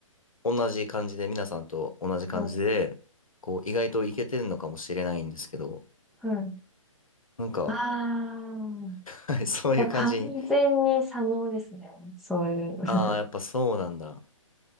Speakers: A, on the left; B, in the centre.
A: 同じ感じで、皆さんと同じ感じで、
B: うん。
A: こう意外といけてるのかもしれないんですけど、
B: うん、
A: なんか、
B: ああ。
A: はい、そういう感じに
B: じゃあ完全に左脳ですね。そういう。
A: ああ、やっぱそうなんだ。